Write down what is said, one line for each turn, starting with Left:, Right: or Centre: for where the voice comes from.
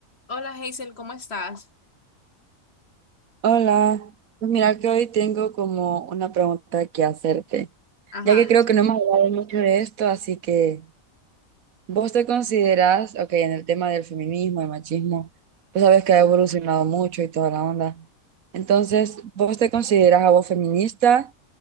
Left: Hola Hazel, ¿cómo estás?
Right: Hola, pues mira que hoy tengo como una pregunta que hacerte,
Left: Ajá,
Right: ya que creo que no hemos hablado mucho de esto, así que vos te consideras, ok, en el tema del feminismo, el machismo, pues sabes que ha evolucionado mucho y toda la onda. Entonces, ¿vos te consideras a vos feminista